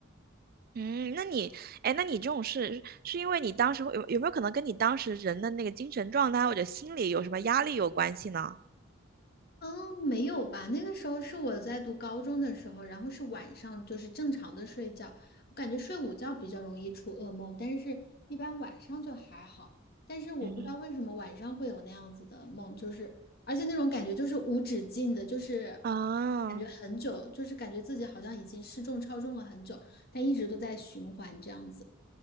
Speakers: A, on the right; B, on the left.
A: 嗯，那你，哎，那你这种事是因为你当时会有有没有可能跟你当时人的那个精神状态或者心理有什么压力有关系呢？
B: 嗯，没有吧？那个时候是我在读高中的时候，然后是晚上，就是正常的睡觉。我感觉睡午觉比较容易出噩梦，但是一般晚上就还好。但是我不知道为什么晚上会有那样子的梦，
A: 嗯
B: 就是而且那种感觉就是无止境的，就是
A: 啊。
B: 感觉很久，就是感觉自己好像已经失重超重了很久，但一直都在循环这样子。